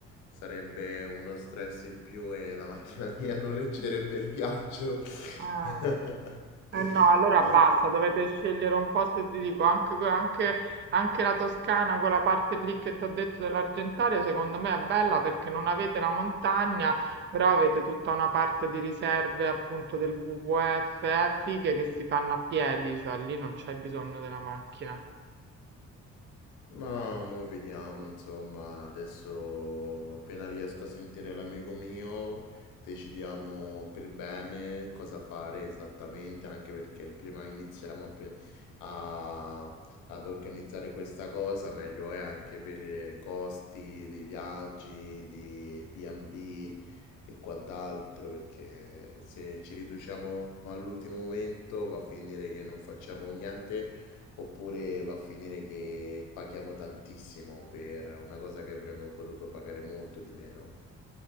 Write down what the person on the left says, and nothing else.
sarebbe uno stress in più e la macchina <laughs> mia non reggerebbe il viaggio. <laughs>
La macchi
Ma mo vediamo, insomma, adesso appena riesco a sentire l'amico mio, decidiamo per bene cosa fare esattamente, anche perché prima iniziamo a pre- a- ad organizzare questa cosa, meglio è anche per eh, costi dei viaggi, di B&B e B e quant'altro, perché se ci riduciamo all'ultimo momento va a finire che non facciamo niente Oppure va a finire che paghiamo tantissimo per una cosa che avremmo potuto pagare molto di meno.